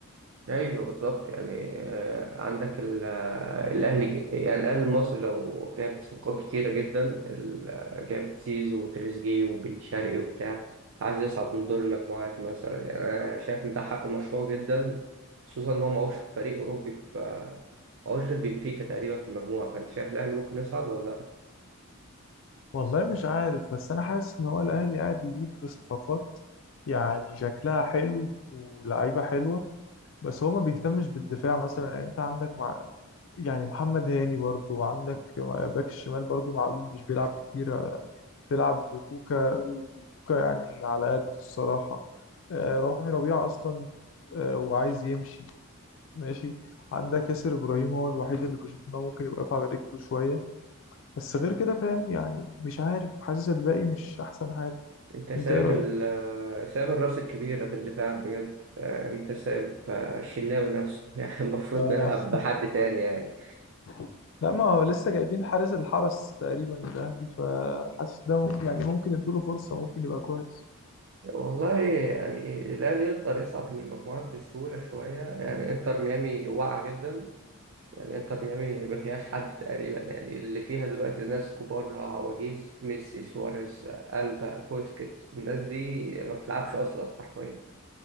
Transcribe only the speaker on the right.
ايوه بالظبط يعني آه، عندك ال- آه، الاهلي ج- يعني الاهلي المصري لو جاب صفقات كتيره جدا ال- آه، جاب زيزو وتريزيجيه وبن شرقي وبتاع عايز يصعد من دور المجموعات مثلا يعني انا شايف ان ده حق مشروع جدا خصوصا ان هو معهوش فريق اوروبي ف معهوش غير بنفيكا تقريبا في المجموعه فانت شايف الاهلي ممكن يصعد ولا لا
انت سايب
ال آه، سايب الراس الكبيره في الدفاع بجد آه، انت سايب آه، الشناوي نفسه <laughs> يعني المفروض
نلعب بحد تاني يعني
والله يعني الأهلي يقدر يصعد من المجموعات بسهولة شوية يعني انتر ميامي واقعة جدا يعني انتر ميامي ما فيهاش حد تقريبا يعني اللي فيها دلوقتي ناس كبار عواجيز ميسي سواريز ألبا بوسكيتس الناس دي ما بتلعبش أصلا حرفيا